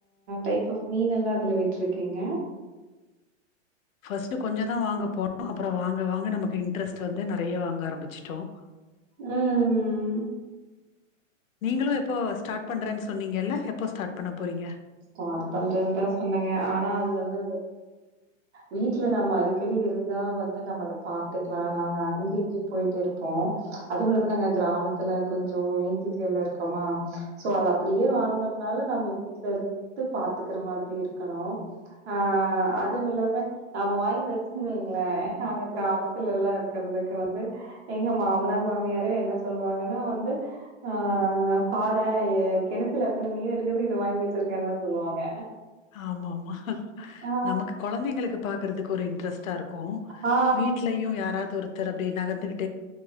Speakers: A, on the right; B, on the left.
A: டைப் ஆப் மீன் எல்லாம் அதுல விட்டுருக்கீங்க
B: ஃபஸ்ட்டு கொஞ்சம் தான் வாங்க போனோம் அப்பறம் வாங்க நமக்கு இன்ட்ரஸ்ட் வந்து நிறைய வாங்க ஆரம்பிச்சிட்டோம்
A: உஹும்
B: நீங்களும் எப்போ ஸ்டார்ட் பண்றேன்னுன்னீங்க இல்ல எப்போ ஸ்டார்ட் பண்ண போறீங்க
A: ஸ்டார்ட் பண்றதுன்ன தான் சொன்னங்க ஆனா அது வந்து வீட்டுல நம்ம அடிக்கடி இருந்தா வந்து நம்ம அத பாத்துக்கலாம் நாங்க அங்க இங்கய போயட்டே இருப்போம் அது மூலமா நாங்க கிராமத்துல கொஞ்சம் இன்டீரியர்ல இருக்கோமா சோ அத அப்படியே வாங்கினோம்னால நம் வீட்டுல இருந்து பாத்துக்கிற மாதிரி இருக்கணும் ஆஹ் அதுவும் இல்லாம நாம வாங்கி வச்சு வைங்களே அங்க கிராமத்துல எல்லாம் இருக்கிறதுக்கு வந்து எங்க மாமனார் மாமியாரே என்ன சொல்லுவாங்கன்னா வந்து ஆஹ் பாரேன் என் கிணத்துல எத்தனை மீன் இருக்குது வாங்கி வச்சிருக்கேன்னு சொல்லுவாங்க
B: ஆமா ஆமா
A: ஆ
B: நமக்கு குழந்தைங்களுக்கு பாக்குறதுக்கு ஒரு இன்ட்ரெஸ்ட் க்கும்
A: ஆ
B: வீட்லயும் யாராவது ஒருத்தர் அப்படி நகர்ந்துகிட்டு